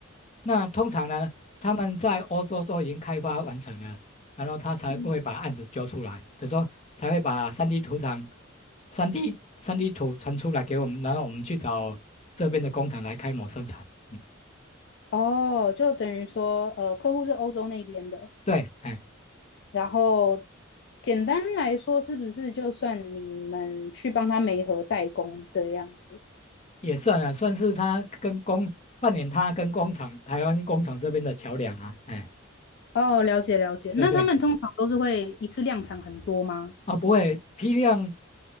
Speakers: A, on the left; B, on the left.
A: 那通常呢，他们在欧洲都已经开发完成了，然后他才不会把案子揪出来，
B: 嗯，
A: 就说才会把三 d 图厂、三 d 三 d 图传出来给我们，然后我们去找这边的工厂来开模生产。嗯，
B: 哦，就等于说，呃，客户是欧洲那边的，
A: 对，哎，
B: 然后简单来说，是不是就算你们去帮他媒合代工这样子？
A: 也算啊，算是他跟工扮演他跟工厂、台湾工厂这边的桥梁啊。哎，
B: 哦，了解了解。
A: 对对，
B: 那他们通常都是会一次量产很多吗？
A: 啊，不会批量，